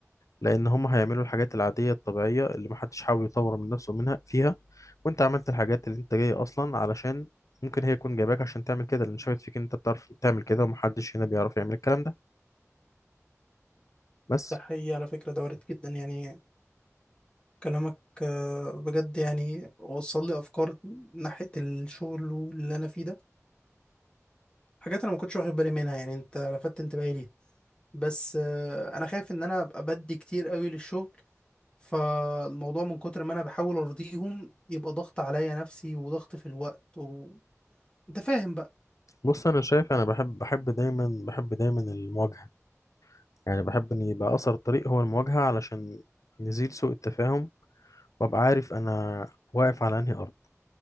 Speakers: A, on the left; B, on the left.
A: لان هما هيعملوا الحاجات العاديه الطبيعيه اللي محدش حاول يطور من نفسه منها فيها وانت عملت الحاجات اللي انت جاي اصلا علشان ممكن هي يكون جايباك عشان تعمل كده لان شافت فيك ان انت بتعرف تعمل كده ومحدش هنا بيعرف يعمل الكلام ده بس
B: ده حقيقي على فكرة ده وارد جدا يعني كلامك آه، بجد يعني وصل لي أفكار ناحية الشغل واللي أنا فيه ده حاجات أنا ما كنتش واخد بالي منها يعني أنت لفتت انتباهي ليها بس آه، أنا خايف إن أنا أبقى بدي كتير قوي للشغل فالموضوع من كتر ما أنا بحاول أرضيهم يبقى ضغط عليا نفسي وضغط في الوقت وأنت فاهم بقى
A: بص انا شايف انا بحب بحب دايما بحب دايما المواجهه يعني بحب ان يبقى اثر الطريق هو المواجهه علشان نزيل سوء التفاهم وابقى عارف انا واقف على انهي ارض